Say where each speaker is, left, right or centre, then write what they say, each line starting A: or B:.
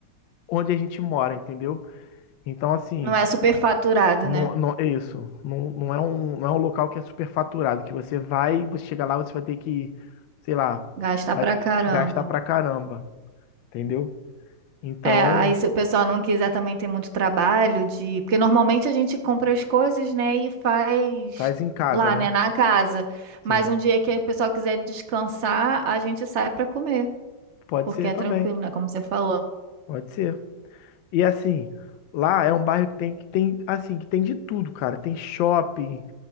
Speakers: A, on the left; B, on the right.
A: onde a gente mora, entendeu? Então assim,
B: Não é superfaturado,
A: não,
B: né?
A: não é isso, não, não é um, não é um local que é superfaturado, que você vai, você chega lá, você vai ter que, sei lá,
B: Gastar
A: vai
B: pra caramba.
A: gastar pra caramba, entendeu? Então,
B: É, aí se o pessoal não quiser também ter muito trabalho de, porque normalmente a gente compra as coisas, né, e faz
A: faz em casa,
B: lá,
A: né?
B: né, na casa. Mas
A: Sim,
B: um dia que o pessoal quiser descansar, a gente sai pra comer,
A: pode
B: porque
A: ser
B: é
A: também,
B: tranquilo, né, como você falou.
A: pode ser. E assim, lá é um bairro que tem que tem assim, que tem de tudo, cara. Tem shopping,